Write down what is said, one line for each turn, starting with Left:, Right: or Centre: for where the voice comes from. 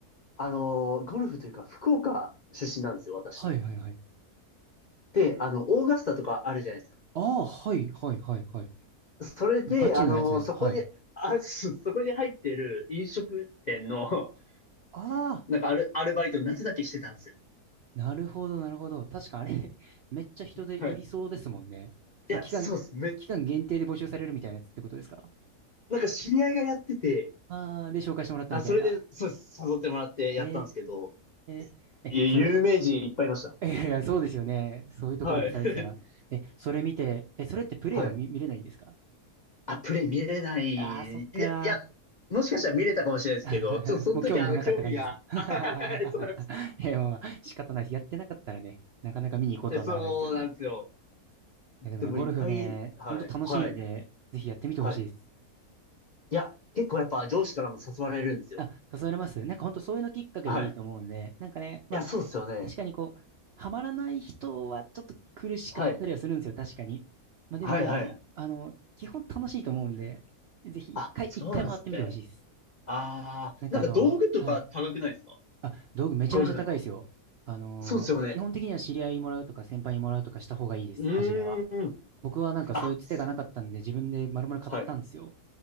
Left: あのーゴルフというか、福岡出身なんですよ、私。
Right: はいはいはい。
Left: で、あの、オーガスタとかあるじゃないですか。
Right: ああ、はいはいはいはい。
Left: それで、
Right: もうガチのやつですかはい。
Left: あの、そこに、あ、そそこに入ってる飲食店の、
Right: あ
Left: <laughs> なんかアル、アルバイトを夏だけしてたんですよ。
Right: なるほど、なるほど。確かあれ <laughs> めっちゃ人でいりそうですもんね。
Left: はい。い
Right: その期間、
Left: や、そうです。め、
Right: 期間限定で募集されるみたいなやつってことですか
Left: なんか知り合いがやってて、
Right: ああー、で、紹介してもらったみたいな。
Left: あ、それで、そうです。誘ってもらってやったんですけど、
Right: えーえ、
Left: いや、
Right: それ、
Left: 有名人いっぱいいました。
Right: いやいや、そうですよね。そういうところでされてたら。
Left: はい。<laughs>
Right: え、それ見て、え、それってプレイは見、
Left: はい。
Right: 見れないんですか
Left: あ、プレイ見れない。
Right: ああー、そっかー。
Left: いや、いや、もしかしたら見れたかもしれないですけど、
Right: <laughs>
Left: ちょっとその時あの、
Right: もう興味がなかった感じですか
Left: 興味が、
Right: <laughs>
Left: <laughs> あそうなんです。
Right: いや、まあまあ、仕方ないです。やってなかったらね、なかなか見に行こうとはならないですよね。
Left: でそうなんですよ。
Right: いや、でもね、
Left: でもいっぱい、
Right: ゴルフね、
Left: はい、
Right: ほんと楽しいんで、
Left: はい、
Right: ぜひやってみてほしいです。
Left: はい。いや、結構やっぱ上司からも誘われるんですよ。
Right: あ、誘われますなんか本当そういうのきっかけでいいと思うんで、
Left: はい。い
Right: なんかね、まあ
Left: や、そうですよね。
Right: 確かにこう、ハマらない人はちょっと苦しかったりはするんですよ、
Left: はい。
Right: 確かに。まあでも、
Left: はいはい。
Right: あの、基本楽しいと思うんで、ぜひ一回、
Left: あ、そうなんですね。
Right: 一回回ってみてほしいです。
Left: ああ、
Right: なんかあの、
Left: なんか道具とか高くないですか
Right: はい。あ、道具めちゃめちゃ高いですよ。
Left: ゴルフの。
Right: あの、
Left: そうですよね。
Right: 基本的には知り合いにもらうとか先輩にもらうとかした方がいいです、
Left: う
Right: 初めは。
Left: ーん。
Right: 僕はなんかそういうつてがなかったんで自分で丸々買ったんですよ。
Left: あ、すはい。